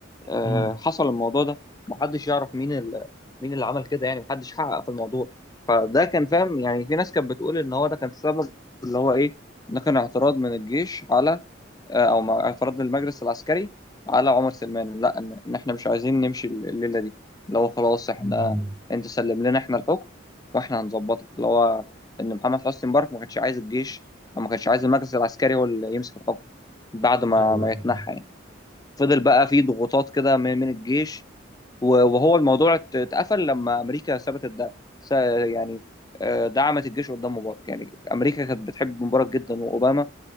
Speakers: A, on the left; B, on the right.
A: آه،
B: مم.
A: حصل الموضوع ده محدش يعرف مين ال... مين اللي عمل كده يعني محدش حقق في الموضوع فده كان فاهم يعني في ناس كانت بتقول ان هو ده كان السبب اللي هو ايه ده كان اعتراض من الجيش على آه، او مع- اعتراض المجلس العسكري على عمر سلمان لا ان إن احنا مش عايزين نمشي الليله دي اللي هو خلاص احنا
B: مم.
A: انت سلم لنا احنا الحكم واحنا هنظبطك اللي هو ان محمد حسني مبارك ما كانش عايز الجيش او ما كانش عايز المجلس العسكري هو اللي يمسك الحكم بعد ما
B: ايوه
A: ما
B: ايوه
A: يتنحى يعني فضل بقى في ضغوطات كده من من الجيش و- وهو الموضوع ات- اتقفل لما امريكا ثبتت ده س- يعني آه، دعمت الجيش قدام مبارك يعني امريكا كانت بتحب مبارك جدا واوباما